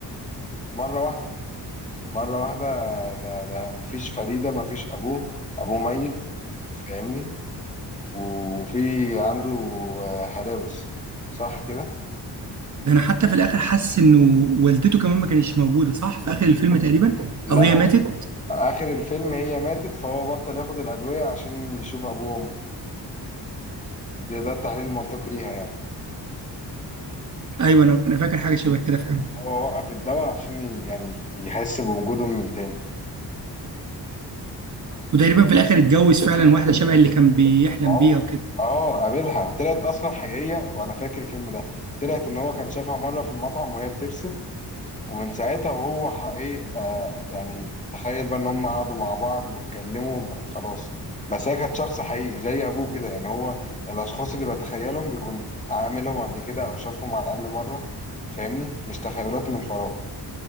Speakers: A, on the left; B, on the right.
A: مره واحده مره واحده ده ده مفيش فريده مفيش ابوه ابوه ميت فاهمني وفي عنده آه، هلاوس صح كده
B: ده انا حتى في الاخر حاسس انه والدته كمان ما كانتش موجوده صح في اخر الفيلم تقريبا
A: لا
B: او هي
A: هو
B: ماتت
A: اخر الفيلم هي ماتت فهو بطل ياخد الادويه عشان يشوف ابوه وامه ده ده التحليل المنطقي ليها يعني
B: ايوه انا انا فاكر حاجه شبه كده فعلا
A: إن هو وقف الدواء عشان ي- يعني يحس بوجودهم من تاني
B: وتقريبا في الاخر اتجوز فعلا واحده شبه اللي كان بيحلم
A: أو
B: بيها وكده
A: اه قابلها وطلعت اصلا حقيقيه وانا فاكر الفيلم ده طلعت ان هو كان شافها مره في المطعم وهي بترسم ومن ساعتها وهو حقيقي آه يعني تخيل بقى ان هم قعدوا مع بعض واتكلموا ب- خلاص بس هي كانت شخص حقيقي زي ابوه كده يعني هو الاشخاص اللي بتخيلهم بيكون عاملهم قبل كده او شافهم على الاقل مره فاهمني مش تخيلات من فراغ